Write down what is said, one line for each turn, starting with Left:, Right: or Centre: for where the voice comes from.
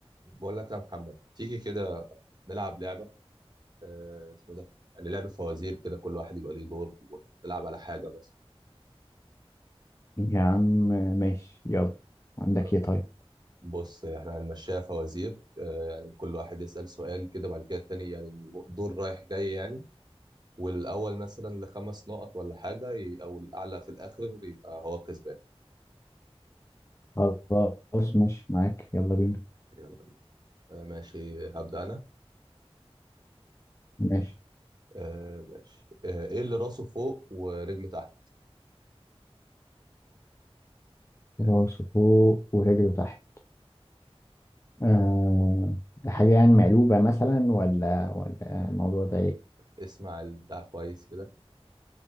Right: بقول لك يا محمد تيجي كده نلعب لعبة آه اسمه ده يعني لعبة فوازير كده كل واحد يبقى ليه دور ونلعب على حاجة بس
Left: يا عم ماشي يلا عندك
Right: آه
Left: ايه طيب
Right: بص احنا هنمشيها فوازير آه يعني كل واحد يسأل سؤال كده بعد كده التاني يعني دور رايح جاي يعني والأول مثلا لخمس نقط ولا حاجة ي- أو الأعلى في الآخر يبقى هو كسبان
Left: خلاص ماشي معاك يلا بينا
Right: يلا آه ماشي هبدأ أنا
Left: ماشي
Right: آه ماشي آه إيه اللي راسه فوق ورجله تحت يعني
Left: راس فوق ورجله تحت آه حاجة يعني مقلوبة مثلا ولا ولا الموضوع ده ايه
Right: اسمع البتاع كويس كده